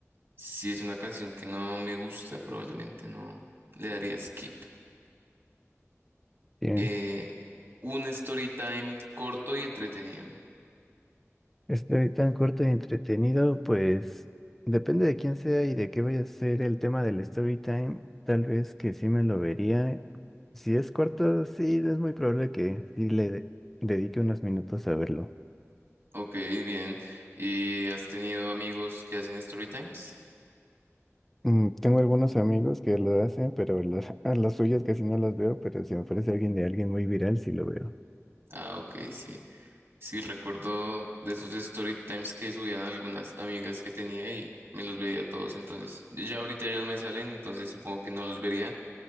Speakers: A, on the right; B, in the centre.
A: Si es una canción que no me gusta, probablemente no le daría skip.
B: Bien.
A: Eh, un story time corto y entretenido.
B: Estoy tan corto y entretenido, pues depende de quién sea y de qué vaya a ser el tema del story time. Tal vez que sí me lo vería. Si es corto, sí, es muy probable que sí le de- dedique unos minutos a verlo.
A: Ok, bien. ¿Y has tenido amigos que hacen story times?
B: Mm, tengo algunos amigos que lo hacen, pero los- <laughs> a las suyas casi no las veo, pero si me aparece alguien de alguien muy viral, sí lo veo.
A: Ah, ok, sí. Sí, recuerdo de esos story times que subían algunas amigas que tenía y me los veía todos. Entonces, ya ahorita ya no me salen, entonces supongo que no los vería,